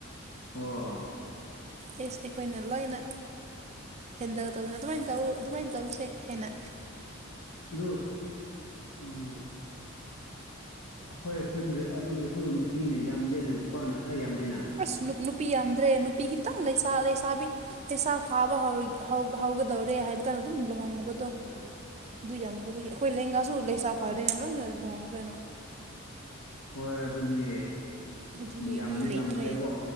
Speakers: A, on the left; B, on the right.
A: ꯑꯣ
B: ꯑꯦꯁ ꯑꯩꯈꯣꯏꯅ ꯂꯣꯏꯅ ꯍꯦꯟꯗ ꯇꯧꯕꯅꯤꯅ ꯑꯗꯨꯃꯥꯏꯅ ꯇꯧ ꯑꯗꯨꯃꯥꯏꯅ ꯇꯧꯔꯤꯁꯦ ꯍꯦꯟꯅ
A: ꯑꯗꯣ ꯎꯝ ꯑꯩꯈꯣꯏ ꯈꯨꯈꯟꯗ ꯑꯗꯨꯗꯁꯨ ꯅꯨꯄꯤꯅ ꯌꯥꯝꯗꯦꯅ ꯅꯨꯄꯥꯅ ꯈꯔ ꯌꯥꯝꯃꯦꯅ
B: ꯑꯁ ꯅꯨ ꯅꯨꯄꯤ ꯌꯥꯝꯗ꯭ꯔꯦ ꯅꯨꯄꯤꯒꯤꯈꯤꯇꯪ ꯂꯩꯁꯥ ꯂꯩꯁꯥꯕꯤ ꯄꯩꯁꯥ ꯐꯥꯕ ꯍꯧꯒꯗꯧꯔꯦ ꯍꯥꯏꯕ ꯀꯥꯟꯗ ꯑꯗꯨꯝ ꯂꯨꯍꯣꯡꯕ
A: ꯎꯝ
B: ꯑꯗꯨ ꯌꯥꯝꯈ꯭ꯔꯕꯒꯤ ꯑꯩꯈꯣꯏ ꯂꯦꯡꯒꯥꯁꯨ ꯂꯩꯁꯥ ꯐꯥꯗꯣꯏꯅ ꯂꯣꯏꯅ ꯂꯍꯣꯡꯈ꯭ꯔꯦꯅ
A: ꯍꯣꯏ ꯑꯗꯨꯅꯦ
B: ꯑꯗꯨꯒꯤ
A: ꯌꯥꯝ ꯃꯤ
B: ꯂꯩꯇ꯭ꯔꯦ
A: ꯌꯥꯝꯗ꯭ꯔꯦꯀꯣ